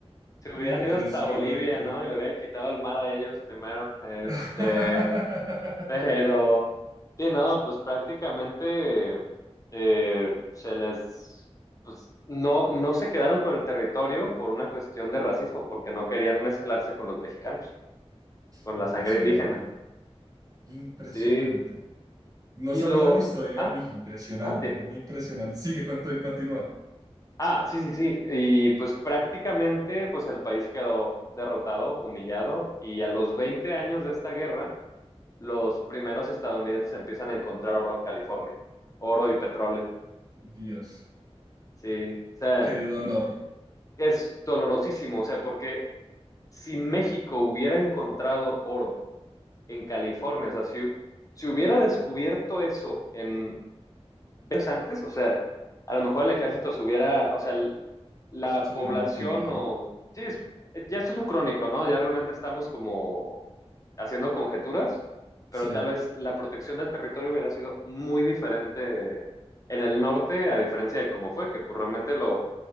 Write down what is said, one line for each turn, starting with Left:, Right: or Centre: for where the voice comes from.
Left: Se hubieran
Right: Uy, impresionante.
Left: ido hasta Bolivia, ¿no? Y le hubieran quitado el mar a ellos primero. Este,
Right: <laughs>
Left: pero, sí, no, pues prácticamente eh, se les, pues no, no se quedaron con el territorio por una cuestión de racismo, porque no querían mezclarse con los mexicanos, con
Right: Impresionante.
Left: la sangre indígena.
Right: Impresionante.
Left: Sí,
Right: No
Left: Y
Right: sabía
Left: lo,
Right: la historia.
Left: ah,
Right: Uy, impresionante,
Left: ah, de,
Right: muy impresionante. Sigue, contu- continúa.
Left: ah, sí, sí, sí. Y pues prácticamente, pues el país quedó derrotado, humillado, y a los 20 años de esta guerra, los primeros estadounidenses empiezan a encontrar oro en California, oro y petróleo.
Right: Dios,
Left: Sí, o sea,
Right: qué dolor.
Left: es dolorosísimo, o sea, porque si México hubiera encontrado oro en California, o sea, si, si hubiera descubierto eso en años antes, o sea, a lo mejor el ejército subiera, o sea, el- la
Right: Se
Left: población
Right: hubiera motivado.
Left: o... Sí, es- eh, ya esto es un crónico, ¿no? Ya realmente estamos como haciendo conjeturas,
Right: Sí,
Left: pero tal vez la protección del territorio hubiera sido muy diferente en el norte, a diferencia de cómo fue, que pues realmente lo,